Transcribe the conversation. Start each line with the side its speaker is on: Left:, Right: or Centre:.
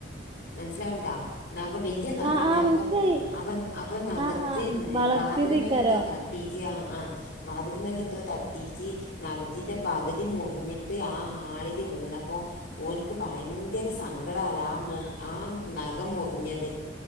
Left: മനസ്സിലാവൺണ്ടോ നഖം വല്ലിയ നഖാണ്
Right: ആഹ് ആഹ്
Left: അപ്പം
Right: മനസ്സിലായി
Left: അപ്പം അപ്പം നഖത്തീന്നെ
Right: ആഹ് ആഹ് വളർത്തിയതേക്കാരം
Left: വാതിലിമേ എന്തോ തട്ട് തട്ടീച്ചി ആഹ്ആഹ് വാതിലിമേലെന്തോ തട്ടീച്ചി നഖത്തിന്റെ പകുതി മുറിഞ്ഞിട്ട് ആഹ് ഹാളില് വീണപ്പോ ഓൻക്ക് ഭയരങ്ക് ങ്കര സങ്കടാല ആഹ് മൊ ആഹ് നഖം മുറിഞ്ഞത്